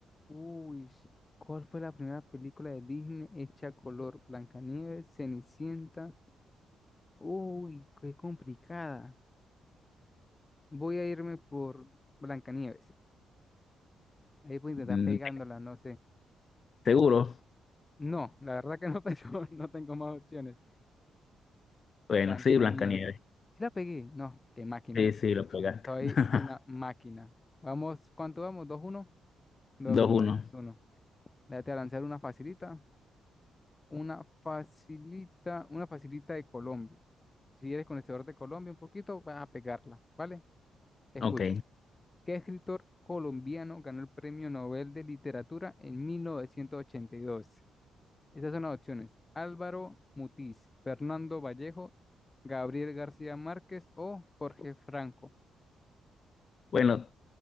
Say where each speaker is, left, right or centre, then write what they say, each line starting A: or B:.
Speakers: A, on the left; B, on the left.
A: Uy, ¿cuál fue la primera película de Disney hecha a color? Blancanieves, Cenicienta. Uy, qué complicada. Voy a irme por Blancanieves. Ahí voy a intentar
B: Mm,
A: pegándola, no sé.
B: ¿Seguro?
A: No, la verdad que no <laughs> tengo, no tengo más opciones.
B: Bueno,
A: Blancanieves.
B: sí, Blancanieves.
A: Si la pegué, no, qué máquina.
B: Sí, sí, lo pegaste.
A: Soy
B: <laughs>
A: una máquina. Vamos, ¿cuánto vamos? Dos uno, dos
B: Dos
A: uno,
B: uno,
A: 2-1. Déjate lanzar una facilita. Una facilita, una facilita de Colombia. Si eres conocedor de Colombia un poquito, vas a pegarla, ¿vale? Escucha,
B: Ok.
A: ¿qué escritor colombiano ganó el Premio Nobel de Literatura en 1982? Esas son las opciones. Álvaro Mutiz, Fernando Vallejo, Gabriel García Márquez o Jorge Franco.
B: Bueno,